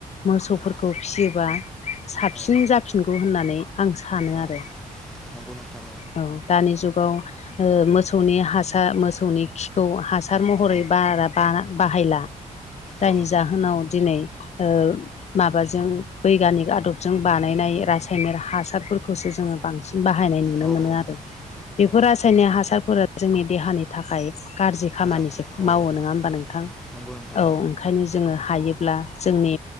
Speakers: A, on the left; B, in the centre.
A: मोसौफोरखौ
B: औ
A: फियोबा साबसिन
B: औ
A: जाफिनगौ होननानै आं सानो
B: औ
A: आरो
B: नंगौ नोंथां
A: औ। दानि जुगाव ओ मोसौनि हासार मोसौनि खिखौ हासार
B: औ
A: महरै बारा बाना बाहायला जायनि
B: औ
A: जाहोनाव दिनै ओ माबाजों बैगानिक आदबजों बानायनाय रासायनिक हासारफोरखौसो जोङो बांसिन बाहायनाय नुनो
B: औ
A: मोनो
B: औ
A: आरो बेफोर
B: औ
A: रासायनिक हासारफोरा जोंनि देहानि थाखाय गाज्रि खामानिसो
B: मोजां ना औ
A: मावो
B: औ
A: नङा होमबा नोंथां
B: नंगौ नोंथां
A: औ ओंखायनो जोङो हायोब्ला जोंनि